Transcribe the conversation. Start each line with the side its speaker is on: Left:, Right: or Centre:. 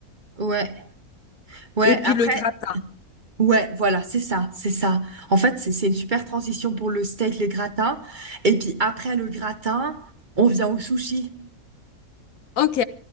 Right: Ouais, ouais,
Left: et puis
Right: après,
Left: le gratin.
Right: ouais, voilà, c'est ça, c'est ça. En fait, c'est c'est une super transition pour le steak, les gratins. Et puis après le gratin, on vient au sushi.
Left: Ok.